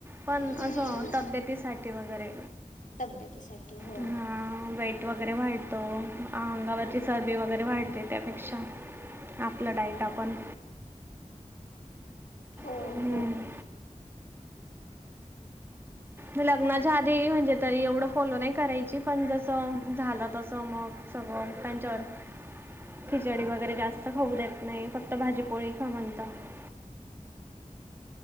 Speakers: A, on the right; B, on the left.
A: पण
B: हम्म
A: असं तब्येतीसाठी वगैरे
B: तब्येतीसाठी हो
A: हा <unintelligible> पित्त वगैरे वाढतो अंगावरची चरबी वगैरे वाढते त्यापेक्षा लढाईत आपनं
B: हो
A: हं.
B: ह..
A: लग्नांच्या आधीही म्हणजे तरी एवढं फॉलो नाहीं करायची. पणं जसं झालं तसं मगं सगळं त्यांच्यावर खिचडी वगैरें जास्तं खाऊ देत नाहीं फक्तं भाजीपोळी खां म्हणतात.